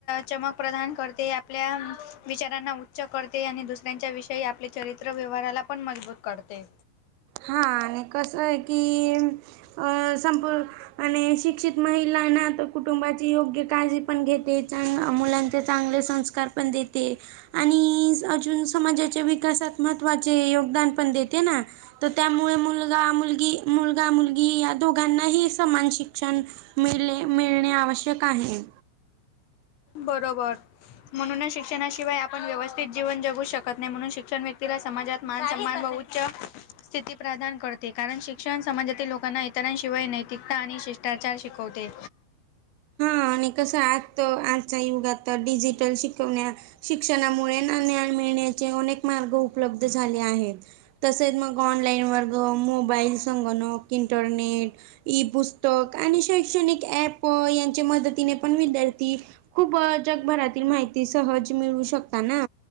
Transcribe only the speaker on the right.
हा आणि कसं आहे की अ संपू आणि, शिक्षित महिलांना तर कुटुंबाची योग्य काळजी पण घेते, चां मुलांचे चांगले संस्ऽ कर पण दे ते. आणि,, अजून समाजाच्या विकासात महत्त्वाचे योगदान पण देते ना. तर त्यामुळे मुलगा मुलगी, मुलगा मुलगी या दोघांनाही समान शिक्षणऽ मिले मिळणे आवश्यक आहे.
हा, आणि कसं आज आजच्या युगातऽ डिजिटल शिकवण्या शिक्षणामुळे नाञय मिळण्याचे अ मार्ग उपलब्ध झाले आहेत. तसेच मग ऑनलाईन वर्ग, मोबाईल, संगणक, इंटरनेट ई पुस्तक, आणि शैक्षणिक ऍप यांच्या मदतीने पण विद्यार्थीऽ खूप जगभरातील माहिती सहज मिळू शकता ना.